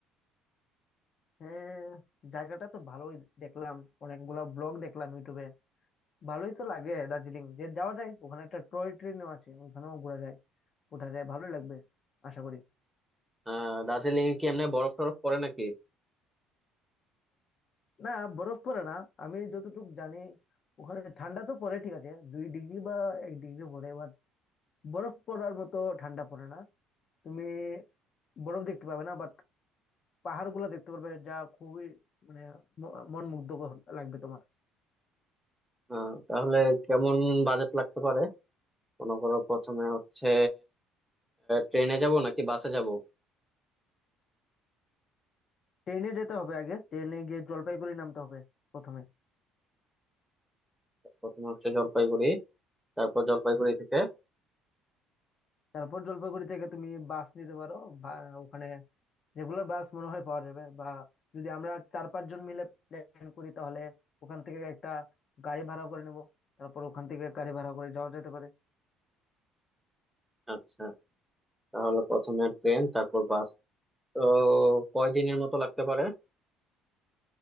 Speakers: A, on the left; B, in the centre.
A: হ্যাঁ জায়গাটা তো ভালোই দেখলাম অনেকগুলা ব্লগ দেখলাম ইউটিউবে ভালোই তো লাগে দার্জিলিং যে যাওয়া যায় ওখানে একটা টয় ট্রেনও আছে ওখানেও ঘোরা যায় ওঠা যায় ভালো লাগবে আশা করি
B: আহ দার্জিলিং এ কি এমনি বরফ টরফ পড়ে নাকি
A: না বরফ পড়ে না আমি যতটুকু জানি ওখানে ঠান্ডা তো পড়ে ঠিক আছে দুই ডিগ্রি বা এক ডিগ্রি পড়ে এবার বরফ পড়ার মতো ঠান্ডা পড়ে না তুমি বরফ দেখতে পাবে না বাট পাহাড় গুলো দেখতে পারবে যা খুবই মানে ম- মন মুগ্ধ লাগবে তোমার
B: আহ তাহলে কেমন বাজেট লাগতে পারে মনে করো প্রথমে হচ্ছে ট্রেনে যাব নাকি বাসে যাব
A: ট্রেনে যেতে হবে আগে ট্রেনে গিয়ে জলপাইগুড়ি নামতে হবে প্রথমে
B: প্রথমে হচ্ছে জলপাইগুড়ি তারপর জলপাইগুড়ি থেকে
A: তারপর জলপাইগুড়ি থেকে তুমি বাস নিতে পারো বা ওখানে রেগুলার বাস মনে হয় পাওয়া যাবে বা যদি আমরা চার পাঁচ জন মিলে প্ল্যান করি তাহলে ওখান থেকে একটা গাড়ি ভাড়া করে নেব তারপর ওখান থেকে গাড়ি ভাড়া করে যাওয়া যেতে পারে
B: আচ্ছা তাহলে প্রথমে ট্রেন তারপর বাস তো কয়দিনের মতো লাগতে পারে